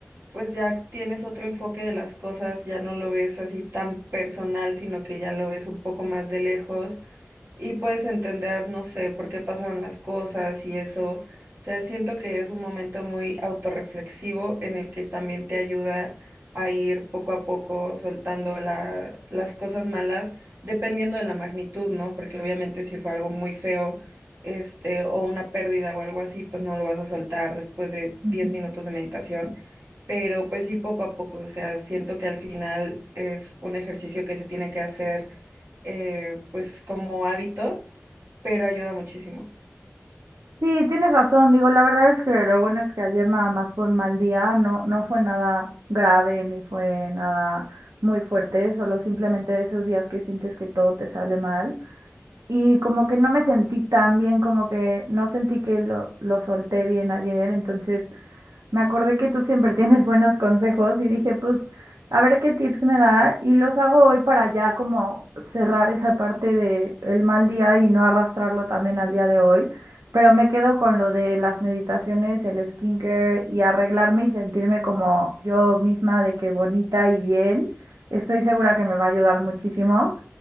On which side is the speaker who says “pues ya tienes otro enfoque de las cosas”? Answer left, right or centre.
Right